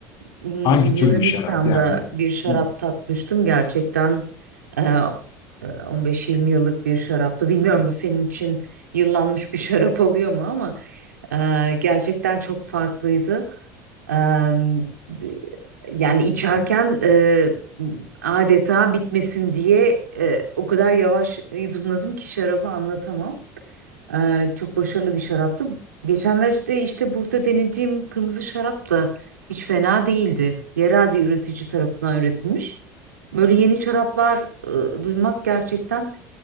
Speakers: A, on the right; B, on the left.
A: Hmm,
B: Hangi
A: Yunanistan'da
B: tür bir şarap? Yani
A: bir şarap
B: hı,
A: tatmıştım. Gerçekten e, e, 15-20 yıllık bir şaraptı. Bilmiyorum bu senin için yıllanmış bir şarap oluyor mu ama e, gerçekten çok farklıydı. E, yani içerken
B: hı,
A: e, adeta bitmesin diye e, o kadar yavaş yudumladım ki şarabı anlatamam. Ee, çok başarılı bir şaraptı. Geçenlerde işte işte burada denediğim kırmızı şarap da hiç fena değildi. Yerel bir üretici tarafından üretilmiş. Böyle yeni şaraplar e, duymak gerçekten